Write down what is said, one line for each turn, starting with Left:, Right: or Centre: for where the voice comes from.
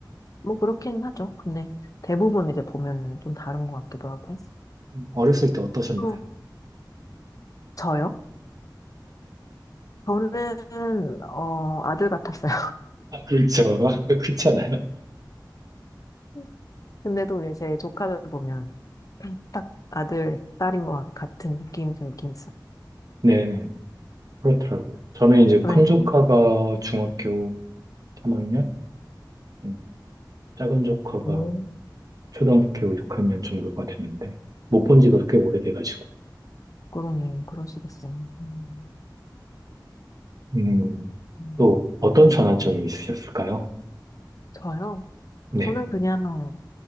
Left: 뭐 그렇긴 하죠. 근데 대부분 이제 보면은 좀 다른 것 같기도 하고.
Right: 음. 어렸을 때 어떠셨나요?
Left: 그, 저요? 저는, 어, 아들 같았어요.
Right: 아, 그렇죠. <laughs> 그렇잖아요.
Left: <laughs> 근데도 이제 제 조카들 보면 딱 아들, 딸인 것 같- 같은 느낌이 들긴 있어요.
Right: 네네. 그렇더라고요. 저는 이제
Left: 네.
Right: 큰 조카가 중학교 3학년, 음, 작은 조카가
Left: 오.
Right: 초등학교 6학년 정도가 됐는데 못 본 지가 꽤 오래돼가지고.
Left: 그러네, 그러시겠어요. 음,
Right: 음,
Left: 음.
Right: 또 어떤 전환점이 있으셨을까요?
Left: 저요?
Right: 네.
Left: 저는 그냥